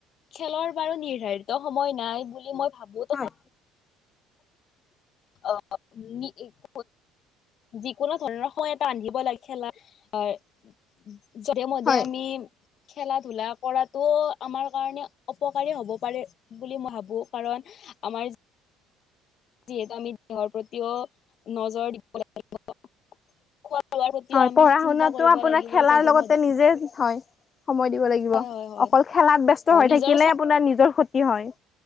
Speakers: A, on the left; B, on the left.
A: খেলৰ বাৰু নিৰ্ধাৰিত সময় নাই বুলি মই ভাবো
B: হয়।
A: তথা অ নি <inaudible> এক' যিকোনো ধৰণৰ সময় এটা বান্ধিব লাগে খেলা <inaudible> যধে-মধে
B: হয়।
A: আমি খেলা - ধূলা কৰাতো আমাৰ কাৰণে অপকাৰী হব পাৰে। বুলি মই ভাবো কাৰণ আমাৰ যিহেতু আমি দেহৰ প্ৰতিও নজৰ দিব লাগিব। খোৱা লোৱাৰ প্ৰতিও
B: হয়,
A: আমি
B: পঢ়া
A: চিন্তা
B: - শুনাটো
A: কৰিব
B: আপোনাৰ
A: লাগিব
B: খেলাৰ
A: যধে
B: লগতে
A: মধে
B: নিজে হয়। সময় দিব লাগিব,
A: হয় হয় হয়
B: অকল খেলাত ব্যস্ত
A: অ
B: হৈ
A: নিজৰ
B: থাকিলে আপোনাৰ নিজৰ ক্ষতি হয়।